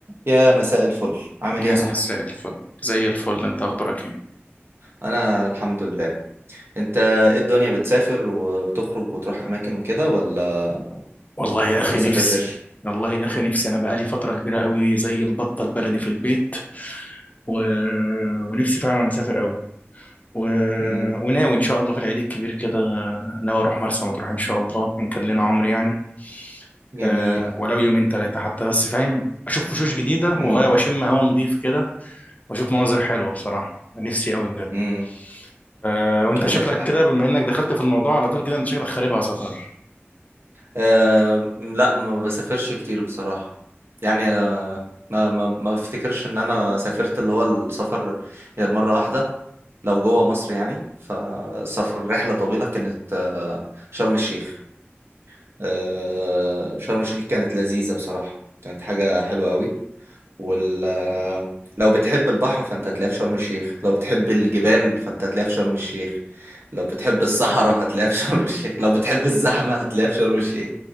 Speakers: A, on the right; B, on the left.
A: يا مساء الفل عامل
B: يا
A: ايه يا صاحبي
B: مساء الفل زي الفل انت اخبارك ايه
A: انا الحمد لله انت ايه الدنيا بتسافر وبتخرج وتروح اماكن وكده ولا
B: والله يا
A: ولا
B: اخي
A: ما سافرتش
B: نفسي والله يا اخي نفسي انا بقالي فتره كبيره قوي زي البطه البلدي في البيت و... ونفسي فعلا اسافر قوي و...
A: امم
B: وناوي ان شاء الله في العيد الكبير كده ناوي اروح مرسى مطروح ان شاء الله ان كان لنا عمر يعني
A: جميل
B: أه ولو يومين ثلاثه حتى بس فاهم اشوف وشوش جديده
A: امم
B: وغايه واشم هوا نظيف كده واشوف مناظر حلوه بصراحه نفسي قوي بجد
A: امم
B: أه وانت
A: والله
B: شكلك
A: حلو
B: كده بما انك دخلت في الموضوع على طول كده انت شكلك خاربها سفر
A: أه لا ما بسافرش كتير بصراحة يعني ما ما ما بفتكرش ان انا سافرت اللي هو السفر غير مرة واحدة لو جوه مصر يعني فسفر رحلة طويلة كانت آه، شرم الشيخ آه، شرم الشيخ كانت لذيذة بصراحة كانت حاجة حلوة قوي وال لو بتحب البحر فانت هتلاقيه في شرم الشيخ لو بتحب الجبال فانت هتلاقيه في شرم الشيخ لو بتحب الصحراء هتلاقيها في <laughs> شرم الشيخ لو بتحب الزحمة هتلاقيها في شرم الشيخ